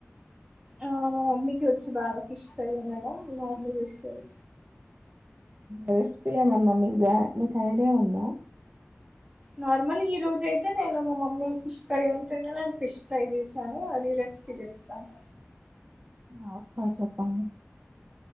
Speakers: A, on the right (about 15°); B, on the right (about 40°).
A: ఆ మా మమ్మీకి వచ్చి బాగా ఫిష్ కర్రీ మేడం నా అ తీస్తది
B: రెస్పీ ఏమన్నా మీకు మీ ఐడియా ఉన్నా
A: నార్మల్ ఈ రోజ అయితే నేను మా మమ్మీ ఫిష్ కర్రీ ఉంటతుంటే నేను ఫిష్ ఫ్రై చేశాను అది రెసిపీ చెప్తాను
B: ఆక్కా చెప్పండి